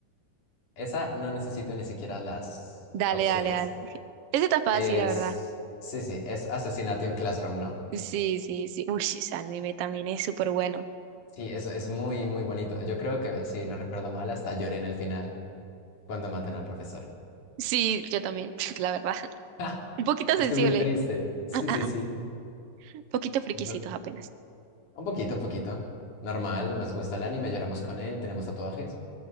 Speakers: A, on the left; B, on the right.
A: Esa no necesito ni siquiera las
B: Dale,
A: opciones.
B: dale, dale. <laughs> Ese está fácil,
A: Es...
B: la verdad.
A: Sí, sí, es Assassination Classroom, ¿no?
B: Sí, sí, sí. Uy, sí, ese anime también es súper bueno.
A: Sí, es, es muy, muy bonito. Yo creo que, si no recuerdo mal, hasta lloré en el final cuando matan al profesor.
B: Sí, yo también, <laughs> la verdad.
A: <laughs>
B: Un poquito
A: Es
B: sensible.
A: que es muy triste. Sí,
B: <laughs>
A: sí, sí.
B: Un poquito friquisitos
A: Ve-
B: apenas.
A: Un poquito, un poquito. Normal, nos gusta el anime, lloramos con él, tenemos tatuajes,